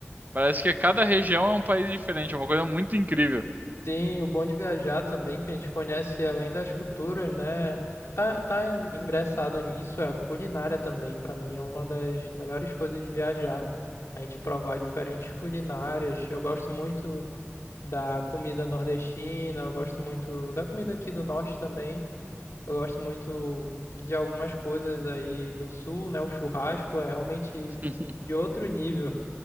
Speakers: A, on the right; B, on the left.
A: Parece que cada região é um país diferente, é uma coisa muito incrível.
B: Sim, o bom de viajar também, que a gente conhece além das culturas, né? Tá, tá engraçado nisso, é a culinária também. Pra mim é uma das melhores coisas de viajar. A gente provar diferentes culinárias. Eu gosto muito. da comida nordestina, eu gosto muito da comida aqui do norte também. Eu gosto muito de algumas coisas aí do sul, né? O churrasco é realmente
A: <laughs>
B: de outro nível.